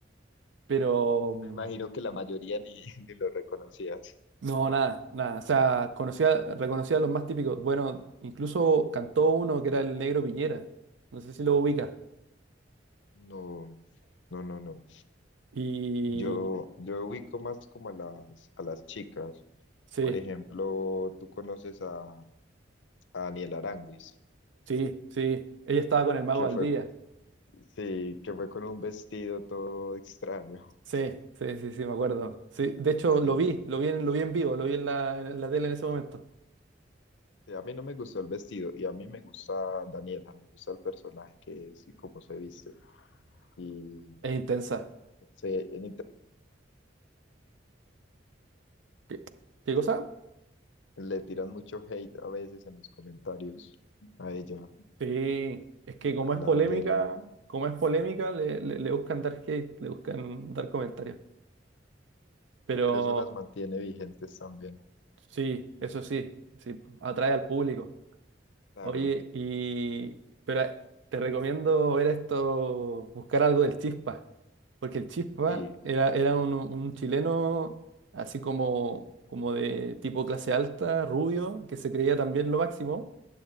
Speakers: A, on the right; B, on the left.
A: Pero. mm,
B: imagino que la mayoría ni, <laughs> ni lo reconocías.
A: No, nada, nada. O sea, conocía, reconocía a los más típicos. Bueno, incluso cantó uno que era el Negro Piñera. No sé si lo ubica.
B: No, no, no, no.
A: Y
B: Yo, yo ubico más como a las, a las chicas.
A: sí,
B: Por ejemplo, tú conoces a, a Daniel Aránguiz,
A: sí, sí. Ella estaba con el Mago
B: que
A: Valdivia.
B: fue Sí, que fue con un vestido todo extraño.
A: Sí, sí, sí, sí, me acuerdo. Sí, de hecho
B: <laughs> Sí.
A: lo vi, lo vi en, lo vi en vivo, lo vi en la, en la tele en ese momento.
B: Sí, a mí no me gustó el vestido y a mí me gusta Daniela, me gusta el personaje que es y cómo se viste. Y
A: Es intensa.
B: se en inter-
A: ¿Qué, qué cosa?
B: le tiran mucho hate a veces en los comentarios a ella,
A: Sí, es que como
B: a
A: es
B: la
A: polémica,
B: Daniela,
A: como es polémica, le, le le buscan dar hate, le buscan dar comentarios. Pero
B: pero eso las mantiene vigentes también.
A: Sí, eso sí, sí, atrae al público.
B: Claro,
A: Oye, y pero eh, te recomiendo ver esto, buscar algo del Chispa, porque el Chispa
B: sí,
A: era, era un, un chileno así como, como de tipo clase alta, rubio, que se creía también lo máximo